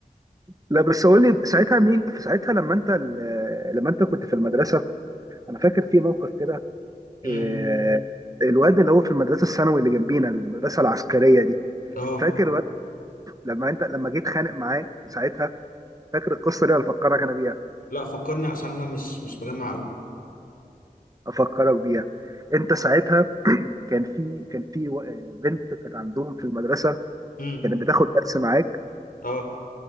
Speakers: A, on the right; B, on the left.
A: لا بس قول لي ساعتها مين في ساعتها لما انت ال- لما انت كنت في المدرسه انا فاكر في موقف كده
B: امم
A: آه، الواد اللي هو في المدرسه الثانوي اللي جنبينا المدرسه العسكريه دي
B: اه
A: فاكر لما انت لما جيت خانق معاه ساعتها فاكر القصه دي ولا افكرك انا بيها
B: لا فكرني عشان انا مش مش مجمع قوي
A: افكرك بيها انت ساعتها كان في كان في و- آه، بنت كانت عندهم في المدرسه
B: امم
A: كانت بتاخد درس معاك
B: اه